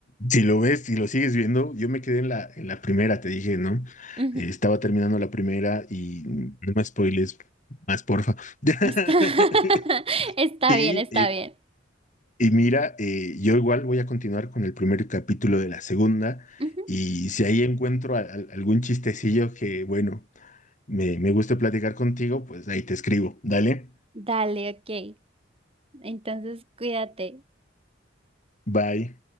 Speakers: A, on the left; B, on the right.
A: si lo ves, si lo sigues viendo, yo me quedé en la, en la primera, te dije, ¿no?
B: Ujú.
A: Eh, estaba terminando la primera y mm, no me spoiles más, porfa. <laughs>
B: Está, <laughs> está
A: Y
B: bien, está
A: eh,
B: bien.
A: Y mira, eh, yo igual voy a continuar con el primer capítulo de la segunda
B: Ujú.
A: y si ahí encuentro a- a- algún chistecillo que, bueno, me, me guste platicar contigo, pues ahí te escribo. Dale,
B: Dale, ok. Entonces, cuídate.
A: bye.